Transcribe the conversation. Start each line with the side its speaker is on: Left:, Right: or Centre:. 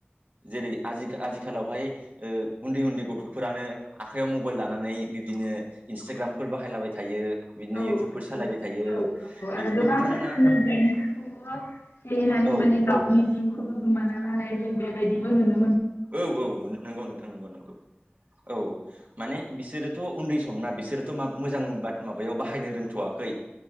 Right: जेरै आजि आजिखालावहाय उन्दै उन्दै गथ'फोरानो आखाइयाव मबाइल लानानै बिब्दिनो इन्सटाग्रामफोर बाहायलाबाय थायो बिदिनो
Left: <unintelligible>
Right: इउटुबफोर सालायबाय थायो बेफोरखौ बिथांमोना
Left: गेलेनानै
Right: औ
Left: माने गावनि जिउखौबो गोमा लानाय जों बेबायदिबो नुनो
Right: औ औ नुनो नंगौ नोंथां नंगौ नंगौ औ माने बिसोरोथ' उन्दै समना बिसोरोथ' मा मोजां बाद माबायाव बाहायनो रोंथवाखै